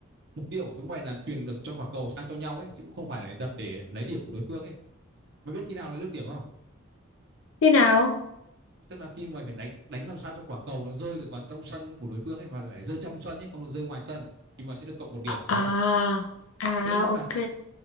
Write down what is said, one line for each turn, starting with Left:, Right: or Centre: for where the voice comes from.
Right: mục tiêu của chúng mày là truyền được cho quả cầu sang cho nhau ấy chứ cũng không phải là đập để lấy điểm của đối phương ấy. Mày biết khi nào lấy được điểm không?
Left: Thế nào?
Right: tức là khi mày phải đánh đánh làm sao cho quả cầu nó rơi được vào trong sân của đối phương ấy mà phải rơi trong sân ấy không được rơi ngoài sân thì mày sẽ được cộng một điểm hiểu
Left: À,
Right: không
Left: à
Right: thế nhưng mà
Left: ok.